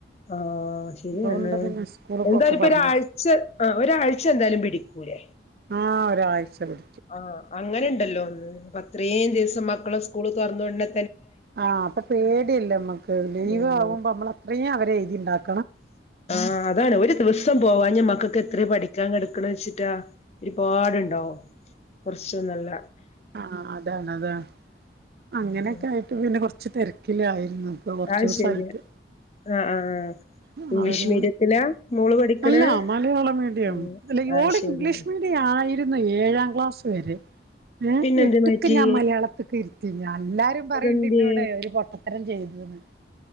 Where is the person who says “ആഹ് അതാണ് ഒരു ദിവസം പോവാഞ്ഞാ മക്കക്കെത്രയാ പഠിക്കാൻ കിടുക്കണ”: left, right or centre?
Left